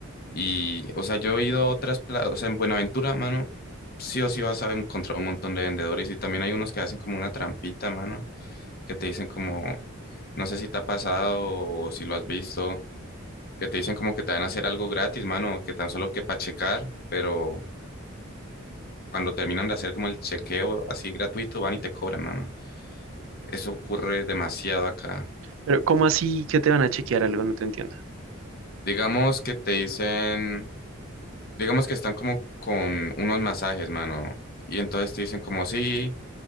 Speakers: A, on the left; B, on the right.
A: Y, o sea, yo he ido a otras pla- o sea, en Buenaventura, mano, sí o sí vas a encontrar un montón de vendedores y también hay unos que hacen como una trampita, mano, que te dicen como, no sé si te ha pasado o si lo has visto, que te dicen como que te van a hacer algo gratis, mano, que tan solo que para checar, pero cuando terminan de hacer como el chequeo así gratuito, van y te cobran, mano. Eso ocurre demasiado acá.
B: pero ¿cómo así que te van a chequear algo? No te entiendo.
A: Digamos que te dicen, digamos que están como con unos masajes, mano, y entonces te dicen como, sí.